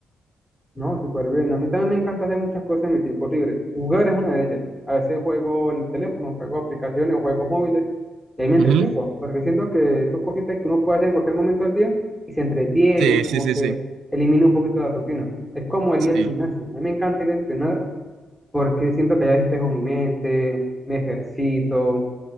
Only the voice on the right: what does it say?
Ujú.
Sí,
sí, sí,
sí,
sí,